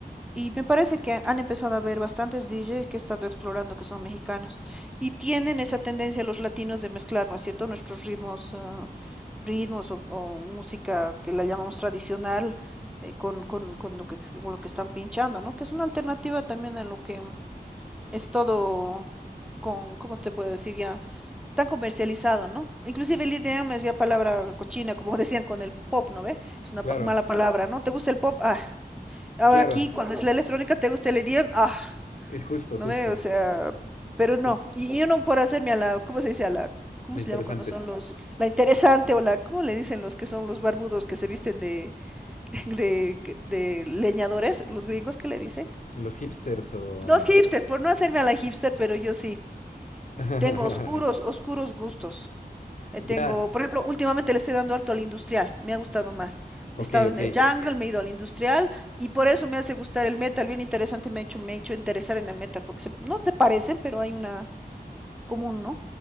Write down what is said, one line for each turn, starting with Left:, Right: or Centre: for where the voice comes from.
Centre: Y me parece que han empezado a haber bastantes DJs que he estado explorando que son mexicanos. Y tienen esa tendencia los latinos de mezclar, ¿no es cierto? Nuestros ritmos, ah, ritmos o, o música que la llamamos tradicional eh, con, con, con lo que, con lo que están pinchando, ¿no? Que es una alternativa también a lo que es todo con, ¿cómo te puedo decir? Ya tan comercializado, ¿no? Inclusive el idioma es ya palabra cochina, como <laughs> decían con el pop, ¿no ve? Es una
Left: Claro,
Centre: pa- mala palabra, ¿no? ¿Te gusta el pop? Ah. Ahora
Left: claro.
Centre: aquí, cuando es la electrónica, ¿te gusta el idioma? Ah.
Left: Eh, justo,
Centre: ¿No
Left: justo.
Centre: ve? O sea, pero no.
Left: Com-
Centre: Y y yo no por hacerme a la, ¿cómo se dice? A la, ¿cómo
Left: lo
Centre: se
Left: interesante.
Centre: llama cuando son los, la interesante o la, ¿cómo le dicen los que son los barbudos que se visten de, <laughs> de, que- de leñadores? Los gringos, ¿qué le dicen?
Left: En los hipsters o...
Centre: Los hipsters, por no hacerme a la hipster, pero yo sí.
Left: <laughs>
Centre: Tengo oscuros, oscuros gustos. Eh,
Left: Ya,
Centre: tengo, por ejemplo, últimamente le estoy dando harto al industrial, me ha gustado más.
Left: ok,
Centre: He estado
Left: ok.
Centre: en el jungle, me he ido al industrial y por eso me hace gustar el metal, bien interesante, me ha hecho, me ha hecho interesar en el metal, porque se- no se parecen, pero hay una común, ¿no?